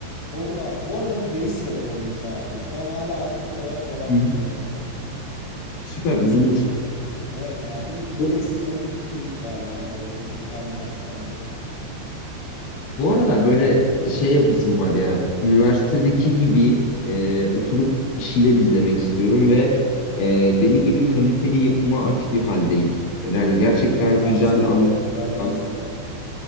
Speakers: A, on the left; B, on the left.
A: olur abi. Bu arada 5 sezonmuş abi. Şu an hala aktif olarak devam
B: Hı.
A: ediyor sanırım.
B: Süper uzunmuş da.
A: Evet yani
B: Bu,
A: 5 sezonluk bir keyif var yani orada da çok kendine has bence.
B: bu aralar böyle şey yapasım var ya. Üniversitedeki gibi e, oturup bir şeyler izlemek istiyorum ve e, deli gibi kaliteli yapıma aç bir haldeyim. Böyle hani gerçekten
A: Ne tarz
B: güzel
A: bir
B: anlatım
A: kaliteden
B: olan.
A: bahsediyorsun?